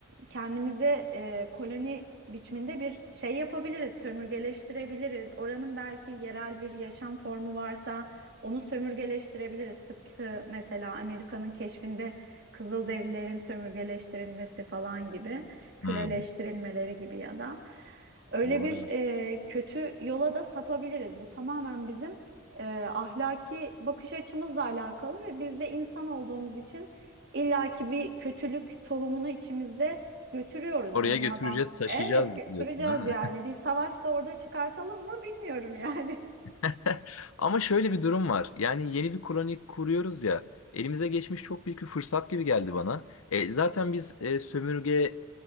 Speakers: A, on the right; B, on the left.
A: kendimize e, koloni biçiminde bir şey yapabiliriz, sömürgeleştirebiliriz. Oranın belki yerel bir yaşam formu varsa onu sömürgeleştirebiliriz. Tıpkı mesela Amerika'nın keşfinde Kızılderililerin sömürgeleştirilmesi falan gibi köleleştirilmeleri
B: Hmm,
A: gibi ya da öyle
B: doğru.
A: bir e, kötü yola da sapabiliriz. Bu tamamen bizim e, ahlaki bakış açımızla alakalı ve biz de insan olduğumuz için illaki bir kötülük tohumunu içimizde götürüyoruz
B: Oraya
A: dünyadan.
B: götüreceğiz, taşıyacağız
A: Evet götüreceğiz
B: diyorsun ha.
A: yani. Bir savaş da orada çıkartalım mı bilmiyorum yani.
B: <laughs> Ama şöyle bir durum var. Yani yeni bir koloni kuruyoruz ya. Elimize geçmiş çok büyük bir fırsat gibi geldi bana. E, zaten biz e, sömürge